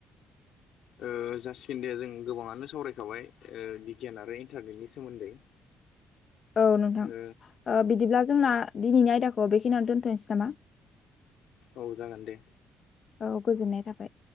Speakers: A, on the left; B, on the left.
A: ओ जासिगोन दे जों गोबाङानो सावरायखाबाय ओ बिगियान आरो इन्टारनेटनि सोमोन्दै।
B: औ नोंथां,
A: ओ
B: ओ बिदिब्ला जोंना दिनैनि आयदाखौ बेखिनियावनो दोनथ'नोसै नामा?
A: औ जागोन दे।
B: औ गोजोननाय थाबाय।